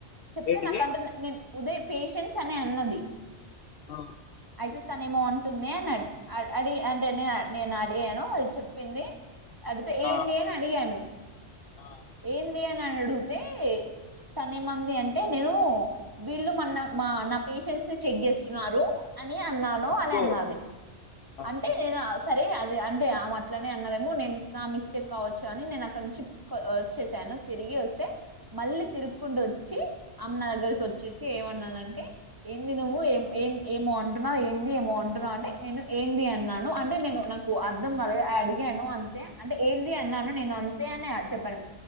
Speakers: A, on the right; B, on the left.
A: చెప్తే
B: ఏంటిది
A: నాకు అంట నేను ఉదయ్ పేషెన్స్ చానా అన్నది
B: ఆ
A: అయితే తనే ఏమో అంటుంది అని అ అడి అంటే నే నేను అడిగాను అది చెప్పింది అడితే ఏంది
B: ఆ
A: అని అడిగాను
B: ఆ
A: ఏంది అనిని అడిగితే తనే మంది అంటే నేను వీళ్ళు మన మా నా పేషన్స్ ని చెక్ చేస్తున్నారు అని అన్నాను
B: అబ్బో
A: అని అన్నది
B: ఆ
A: అంటే నేను సరే అది అంటే ఆమె అట్లనే అన్నదేమో నేను నా మిస్టేక్ కావచ్చు అని నేను అక్కడ నుంచి వచ్చేశాను నేను తిరిగి వస్తే మళ్ళీ తిరుక్కుంటూ వచ్చి ఆమె నా దగ్గరకి వచ్చేసి ఏమన్నాదంటే ఏంది నువ్వు ఏ ఏం ఏమో అంటున్నావ్ ఏంది ఏమో అంటున్నావ్ అంటే నేను ఏంది అన్నాను అంటే నేను నాకు అర్థం కద అడిగాను అంతే అంటే ఏంది అన్నాను నేను అంతే ఆ చెప్పాను